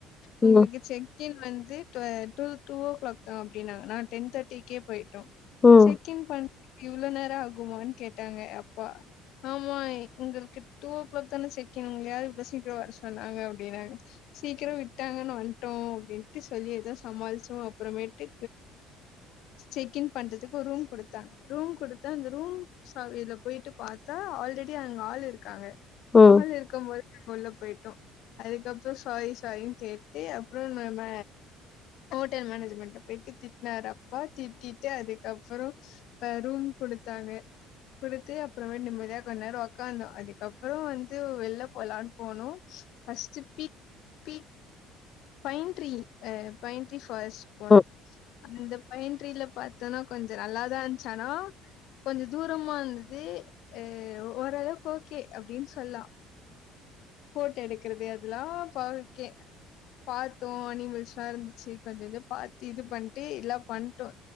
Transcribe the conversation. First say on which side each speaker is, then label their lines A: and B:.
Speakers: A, on the left (about 70°); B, on the left (about 20°).
A: உங்களுகு
B: ம்
A: செக் கின் வந்து ட்வெள் டு ஓ கிளாக் தா அப்டினாங்க நா டென் தேட்டிகே போயிடோ
B: ம்
A: செக் இன் பண் இவ்ளோ நேர ஆகுமானு கேட்டாங்க அப்பா ஆமா உங்களுகு டூ ஓ கிளாக் தான செக்கின் உங்கள யார் இவ்ளோ சீக்ர வர சொன்னாங்க அப்டினாங்க சீக்கிர விட்டாங்கனு வன்ட்டோ அப்டின்டு சொல்லி எதோ சமாளிசோ அப்புறமேட்டு செக்கின் பண்றதுக்கு ஒரு ரூம் குடுதாங்க ரூம் குடுத்தா அந்த ரூம் சாவில போயிட்டு பாத்தா ஆல்ரெடி அங்க ஆள் இருக்கு காங்க
B: ம்
A: ஆள் இருக்கம் போதே உள்ள போயிடோ அதுகப்றோ சாரி சாரின்னு கேட்டு அப்றோ நம்ம ஹோட்டல் மேனேஜ்மெண்ட போயிட்டு திட்னாரு அப்பா திட்டிட்டு அதுகப்பறோ ரூம் குடுத்தாங்க குடுத்து அப்றோமேட்டு நிம்மதியா கொஞ்ச நேர உக்காந்தோ அது அப்பதா வந்து வெள போலான் போனோம் பஸ்ட்டு பி பி பைன்ரீ ஆ பைன்ரீ பாஸ் போனோ
B: ம்
A: அந்த பைண்ட்ரில பாத்தோனா கொஞ்ச நல்லாதா இருந்துசானா கொஞ்ச தூரமா இருந்துது உ ஓரளவுகு ஓக் கே அப்டினு சொல்லா ஃபோடோ எடுக்றது அதெலா பாகே பாத்தோ அனிமல்ஸ்லா இருந்துசு கொஞ்சஞ்சோ பாத்து இது பண்ட்டு எலா பண்ட்டோ